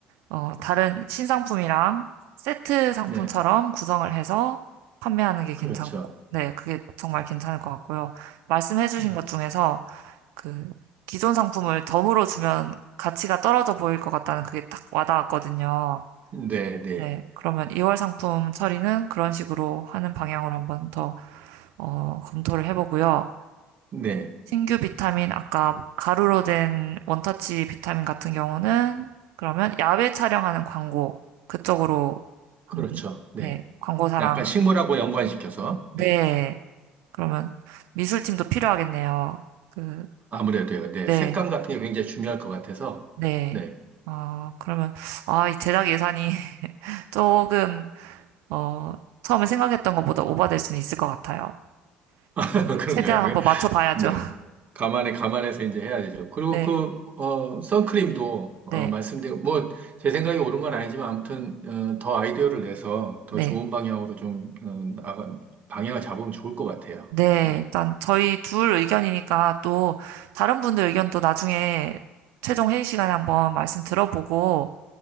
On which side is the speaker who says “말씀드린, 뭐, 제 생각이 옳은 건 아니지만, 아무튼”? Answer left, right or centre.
Right